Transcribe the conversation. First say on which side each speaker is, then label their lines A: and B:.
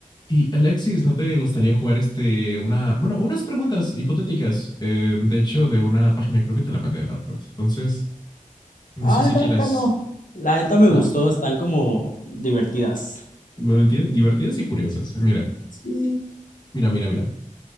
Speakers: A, on the left; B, on the left.
A: Y Alexis, ¿no te gustaría jugar este, una, bueno, unas preguntas hipotéticas? eh, de hecho, de una página, creo que te la mandé la otra vez. Entonces, no
B: Ay,
A: sé si
B: bájalo.
A: quieras,
B: La neta me gustó,
A: ¿va?
B: están como divertidas.
A: Divertir- Divertidas y curiosas. Mira,
B: Sí.
A: mira, mira, mira.